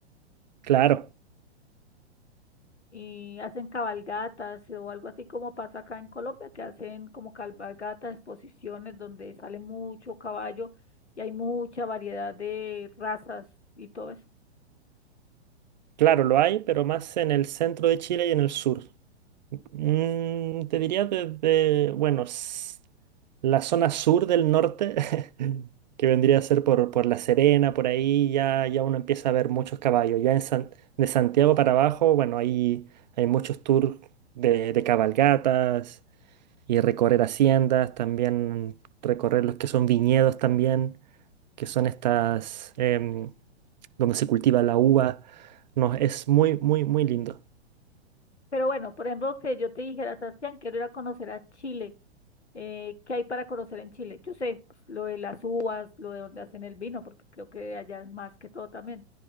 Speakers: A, on the right; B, on the left.
A: Claro,
B: y hacen cabalgatas eh, o algo así como pasa acá en Colombia, que hacen como cabalgatas, exposiciones donde sale mucho caballo y hay mucha variedad de razas y todo eso.
A: claro, lo hay, pero más en el centro de Chile y en el sur. Mm, te diría desde, bueno, s- la zona sur del norte, <laughs> que vendría a ser por, por La Serena, por ahí ya, ya uno empieza a ver muchos caballos. Ya en San- de Santiago para abajo, bueno, ahí hay muchos tours de, de cabalgatas y recorrer haciendas, también recorrer los que son viñedos también, que son estas... em, donde se cultiva la uva. No, es muy, muy, muy lindo.
B: Pero bueno, por ejemplo, que yo te dijera, Sebastián, quiero ir a conocer a Chile. eh, ¿qué hay para conocer en Chile? Yo sé, pues, lo de las uvas, lo de donde hacen el vino, porque creo que allá es más que todo también,